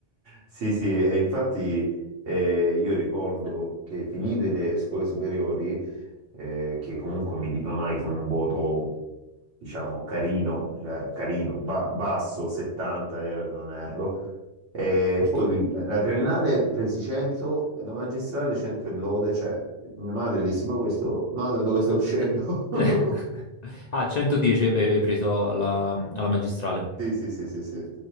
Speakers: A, on the right; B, on the left.
A: Sì, sì, e infatti eh, io ricordo che finite le scuole superiori, eh, che comunque mi diplomai con un voto, diciamo, carino, cioè, carino, ba- basso, 70 era se non erro, e
B: Ok.
A: poi la triennale presi 100 e la magistrale 100 e lode, cioè mia madre disse, ma questo, ma da dove sto uscendo?
B: <laughs>
A: <laughs>
B: Ah, 110 avevi preso alla alla magistrale.
A: Sì, sì, sì, sì, sì.